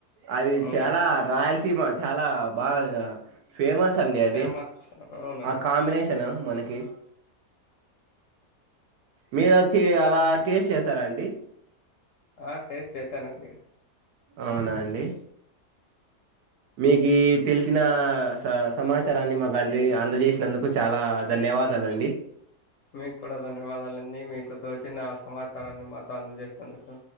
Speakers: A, on the right; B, on the left.
A: అది
B: అవునండి
A: చాలా రాయలసీమ చాలా బాగా ఫేమస్ అండి అది
B: ఫేమస్ అవునండి
A: ఆ కాంబినేషను మనకి మీరచ్చి అలా టేస్ట్ చేసారా అండి
B: ఆ టేస్ట్ చేశానండి
A: అవునా అండి మీకు తెలిసిన స సమాచ చారాన్ని మాకు అంది అందజేసినందుకు చాలా ధన్యవాదాలండి
B: మీకు కూడా ధన్యవాదాలండి మీకుతో చిన్న సమాచారాన్ని మాతో అందజేసినందుకు